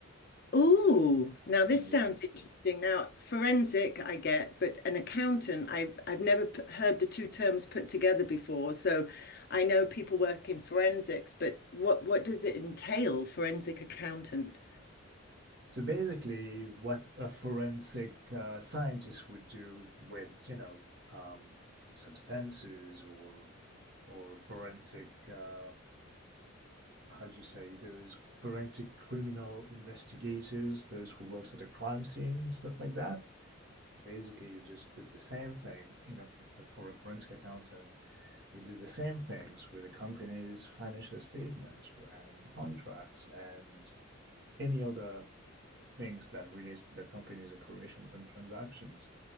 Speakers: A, on the left; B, on the right.
A: Oh, now this
B: Yeah.
A: sounds interesting. Now, forensic, I get, but an accountant, I've I've never p heard the two terms put together before. So I know people work in forensics, but what what does it entail, forensic accountant?
B: So basically, what a forensic uh, scientist would do with, you know, um, substances or or forensic uh, how do you say those forensic criminal investigators, those who works at a crime scene and stuff like that. Basically, you just put the same thing You know, for a forensic accountant. You do the same things with a company's financial statements and contracts and any other things that relates to the company's operations and transactions.